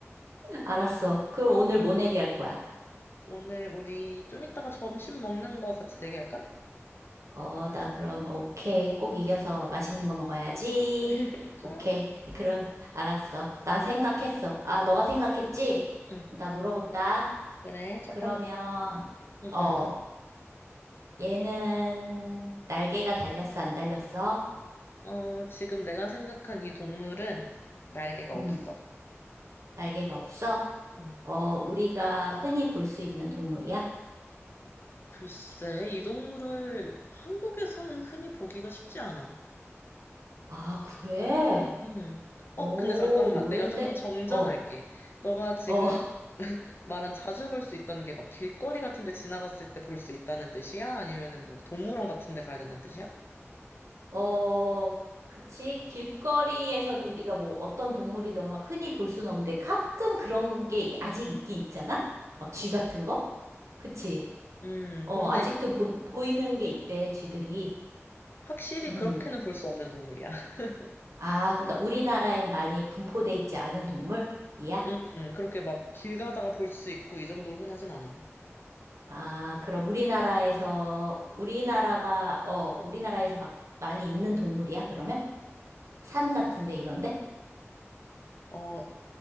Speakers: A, on the right; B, on the left.
A: 알았어. 그럼 오늘 뭐 내기 할 거야?
B: 오늘 우리 좀 이따가 점심 먹는 거 같이 내기할까?
A: 어, 나 그럼, 오케이. 꼭 이겨서 맛있는
B: 음.
A: 거 먹어야지.
B: <laughs> 좋아?
A: 오케이. 그럼,
B: 어,
A: 알았어. 나 생각했어. 아, 너가 생각했지?
B: 응.
A: 나 물어본다.
B: 그래. 첫
A: 그러면,
B: 번째. 응,
A: 어,
B: 응.
A: 얘는 날개가 달렸어, 안 달렸어?
B: 어, 지금 내가 생각한 이 동물은 날개가
A: 음,
B: 없어.
A: 날개가 없어?
B: 음.
A: 어, 우리가 흔히 볼 수 있는 동물이야?
B: 글쎄, 이 동물을 한국에서는 흔히 보기가 쉽지 않아.
A: 아, 그래?
B: 음. 어,
A: 오,
B: 근데 잠깐만.
A: 의외인데?
B: 내가 조금 정정할게.
A: 어,
B: 너가 지금
A: 어, <laughs>
B: <laughs> 말한 자주 볼 수 있다는 게 막 길거리 같은 데 지나갔을 때 볼 수 있다는 뜻이야? 아니면은 뭐 동물원 같은 데 가야 된다는 뜻이야?
A: 어, 그치? 길거리에서는 우리가 뭐 어떤 동물이든 막 흔히 볼 수는 없는데 가끔 그런 게 이- 아직 있긴 있잖아? 막 쥐
B: 어.
A: 같은 거? 그치?
B: 음,
A: 어,
B: 근데
A: 아직도 보,
B: 이-
A: 보이는 게 있대, 쥐들이.
B: 확실히
A: 음.
B: 그렇게는 볼 수 없는 동물이야. <laughs>
A: 아, 그러니까 우리나라엔 많이 분포돼 있지 않은 동물? 이야?
B: 음, 그렇게 막 길 가다가 볼 수 있고 이 정도로 흔하진 않아.
A: 아, 그럼 우리나라에서, 우리나라가, 어, 우리나라에서 막 많이 있는 동물이야, 그러면? 산 같은데 이런데?
B: 어,